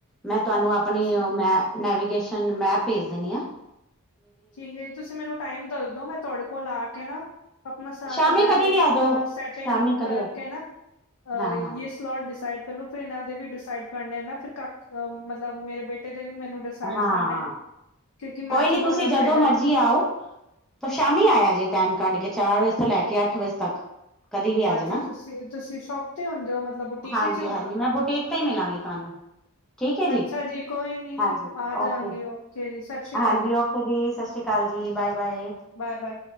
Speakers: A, in the centre; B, on the left.
A: ਮੈਂ ਤੁਹਾਨੂੰ ਆਪਣੀ
B: ਅੱਛਾ
A: ਮੈ ਨੈਵੀਗੇਸ਼ਨ ਮੈਪ ਭੇਜ ਦਿੰਦੀ ਆ
B: ਠੀਕ ਹੈ ਜੀ ਤੁਸੀਂ ਮੈਨੂੰ ਟਾਈਮ ਦੱਸਦੋ? ਮੈਂ ਤੁਹਾਡੇ ਕੋਲ ਆ ਕੇ ਨਾ ਆਪਣਾ ਸਾਰਾ
A: ਸ਼ਾਮੀ
B: ਮੈਰਿਜ
A: ਕਦੇ ਵੀ ਆ
B: ਕਾ
A: ਜਾਓ
B: ਸੈਟਿੰਗ
A: ਸ਼ਾਮੀ ਕਦੇ
B: ਕਰਕੇ ਨਾ ਅ
A: ਹਾਂ
B: ਯ
A: ਹਾਂ
B: ਲੋਟ ਡਿਸਾਈਡ ਕਰ ਫਿਰ ਇਹਨਾਂ ਦੇ ਵੀ ਡਿਸਾਈਡ ਕਰਨੇ ਨਾ ਫਿਰ ਕ ਅ ਮਤਲਬ ਮੇਰੇ ਬੇਟੇ ਦੇ ਵੀ ਮੈਨੂੰ ਸਾਈਡ
A: ਹਾਂ
B: ਕਰਨਾ ਕਿਉਂਕਿ ਮੈਚਿੰਗ
A: ਕੋਈ ਨੀ ਤੁਸੀਂ
B: ਹੋਣਾ ਚਾਹੀਦਾ
A: ਜਦੋਂ ਮਰਜ਼ੀ
B: ਨਾ
A: ਆਓ ਤਾਂ ਸ਼ਾਮੀ ਆਇਆ ਜੇ ਟਾਈਮ ਕੱਢ ਕੇ ਚਾਰ ਵਜੇ ਤੋਂ ਲੈ ਕੇ ਅੱਠ ਵਜੇ ਤੱਕ। ਕਦੀ ਵੀ ਆ
B: ਅੱਛਾ
A: ਜਾਣਾ
B: ਤੁਸੀਂ ਤੁਸੀਂ ਸ਼ੋਪ ਤੇ ਹੁੰਦੇ ਹੋ, ਮਤਲਬ ਬੁਟੀਕ
A: ਹਾਂਜੀ
B: ਵਿੱਚ ਹੀ ਹੁੰਦੇ
A: ਹਾਂਜੀ
B: ਓ?
A: ਮੈਂ ਬੁਟੀਕ ਤੇ ਹੀ ਮਿਲਾਂਗੀ ਤੁਹਾਨੂੰ ਠੀਕ ਹੈ
B: ਅੱਛਾ ਜੀ ਕੋਈ ਨੀ
A: ਹਾਂਜੀ
B: ਆ ਜਾਂਗੀ
A: ਓਕੇ
B: ਓਕੇ ਜੀ ਸਤਿ ਸ਼੍ਰੀ ਅਕਾਲ
A: ਹਾਂਜੀ
B: ਜੀ।
A: ਓਕੇ ਜੀ ਸਤਿ ਸ਼੍ਰੀ ਅਕਾਲ ਜੀ ਬਾਏ -ਬਾਏ
B: ਬਾਏ -ਬਾਏ